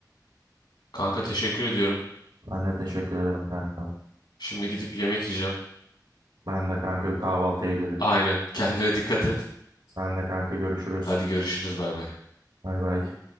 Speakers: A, on the left (about 80°); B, on the right (about 80°).
A: Kanka teşekkür ediyorum.
B: Ben de teşekkür ederim kankam.
A: Şimdi gidip yemek yiyeceğim.
B: Ben de kanka bir kahvaltıya gidelim.
A: Aynen. Kendine dikkat et.
B: Sen de kanka görüşürüz.
A: Hadi görüşürüz bay bay.
B: Bay bay.